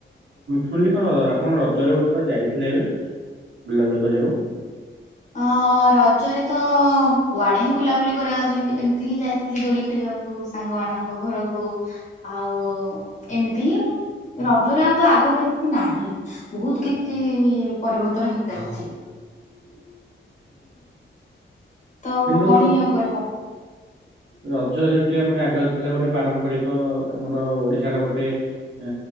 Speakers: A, on the right (about 65°); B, on the left (about 35°).
A: ଶୁଣିଲି କଣ ଆପଣ ରଜରେ ଗୋଟେ କୁଆଡେ ଯାଇଥିଲେ ଏବେ? ବୁଲାବୁଲି କରିବାକୁ
B: ଅଁ ରଜରେ ତ କୁଆଡେ ହିଁ ବୁଲାବୁଲି କରିବାକୁ ଯିବି ଏମିତି ହିଁ ଯାଇଥିଲି ଦୋଳି ଖେଳିବା ସାଙ୍ଗ ମାନଙ୍କ ଘରକୁ ଆଉ ଏମିତି ହିଁ ରଜରେ ଆଉ ତ ଆଗ ଭଳି କିଛି ନାହିଁ ବହୁତ କିଛି ପରିବର୍ତନ ହେଇସାରିଛି।
A: ହୁଁଁ।
B: ତ
A: କିନ୍ତୁ
B: କଣ ହିଁ ଆଉ କରିହବ।
A: ରଜ ଯେମତି ଆମର ଆଗରେ ଥିଲା ଗୋଟେ ପାରମ୍ପରିକ ଆମର ଓଡିଶାର ଗୋଟେ ଅ